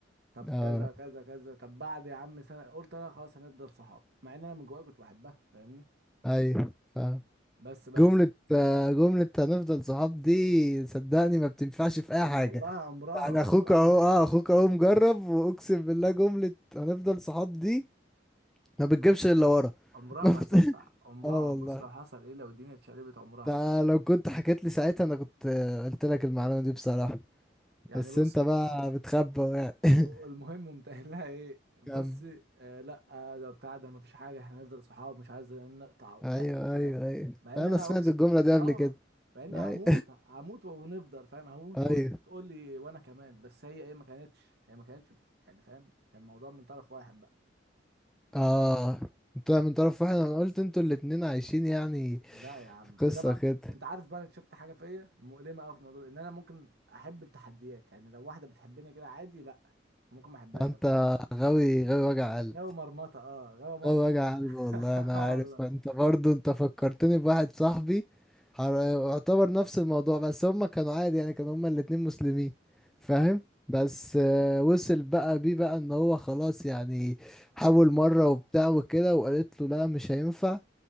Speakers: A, on the right; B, in the centre.
A: طب
B: اه
A: كذا كذا كذا طب بعد يا عم سنه قلت انا خلاص هنفضل صحاب مع ان انا من جوايا كنت بحبها فاهمني
B: اي فاهم
A: بس بقى
B: جملة
A: يا سيدي،
B: آه، جملة هنفضل صحاب دي صدقني ما بتنفعش في اي حاجة
A: والله عمرها
B: يعني
A: عمرها
B: اخوك اهو
A: ما نفعت
B: اه اخوك اهو مجرب واقسم بالله جملة هنفضل صحاب دي ما بتجيبش
A: عمر-
B: الا ورا
A: عمرها
B: <laughs> ما
A: ما
B: بت-
A: هتنفع عمرها
B: اه والله
A: بص لو حصل ايه لو الدنيا اتشقلبت عمرها
B: ده لو كنت حكيت لي ساعتها انا كنت آه، قلت لك المعلومة دي بصراحة
A: يعني
B: بس
A: بص
B: انت بقى بتخبى يعني <laughs>
A: المهم قمت قايل لها ايه بصي
B: كمل
A: آه لا آه ده بتاع ده مفيش حاجه احنا هنفضل صحاب مش عايز نقطع وبتاع
B: ايوه
A: وكده
B: ايوه ايوه
A: مع ان
B: انا
A: انا
B: سمعت
A: اقسم
B: الجمله دي
A: اه
B: قبل كده
A: مع اني
B: ايوه
A: هموت هموت ونفضل فاهم هموت
B: <laughs> ايوه
A: وتقول لي وانا كمان بس هي ايه ما كانتش هي ما كانتش بت... يعني فاهم كان الموضوع من طرف واحد بقى
B: اه انت من طرف واحد انا قلت انتوا الاتنين عايشين يعني
A: لا يا عم
B: في قصه
A: ما ده بقى
B: كده
A: انت عارف بقى أنا شفت حاجه فيا مؤلمه قوي في الموضوع ده، ان انا ممكن احب التحديات يعني لو واحده بتحبني كده عادي لا ممكن ما احبهاش
B: انت غاوي غاوي وجع قلب
A: غاوي مرمطه اه غاوي مرمط
B: غاوي وجع
A: في دماغي.
B: قلب والله
A: <laughs>
B: انا
A: آه
B: عارف
A: والله
B: انت برضو انت فكرتني بواحد صاحبي حر- يعتبر نفس الموضوع بس هما كانوا عادي يعني كانوا هما الاتنين مسلمين فاهم
A: طب
B: بس آه، وصل بقى بيه بقى ان هو خلاص يعني حاول مرة وبتاع وكده وقالت له لا مش هينفع